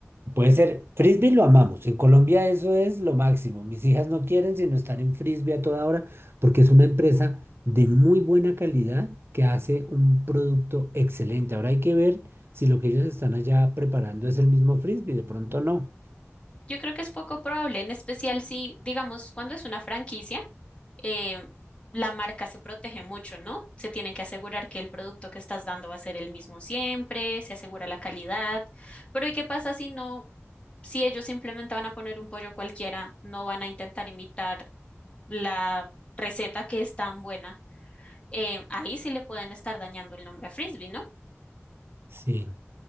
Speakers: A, on the right; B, on the left.
A: Puede ser, frisbee lo amamos. En Colombia eso es lo máximo. Mis hijas no quieren sino estar en frisbee a toda hora porque es una empresa de muy buena calidad que hace un producto excelente. Ahora hay que ver si lo que ellos están allá preparando es el mismo frisbee. De pronto no.
B: Yo creo que es poco probable, en especial si, digamos, cuando es una franquicia. eh, la marca se protege mucho, ¿no? Se tienen que asegurar que el producto que estás dando va a ser el mismo siempre, se asegura la calidad. Pero ¿y qué pasa si no, si ellos simplemente van a poner un pollo cualquiera, no van a intentar imitar la receta que es tan buena? Eh, ahí sí le pueden estar dañando el nombre a Frisbee, ¿no?
A: Sí.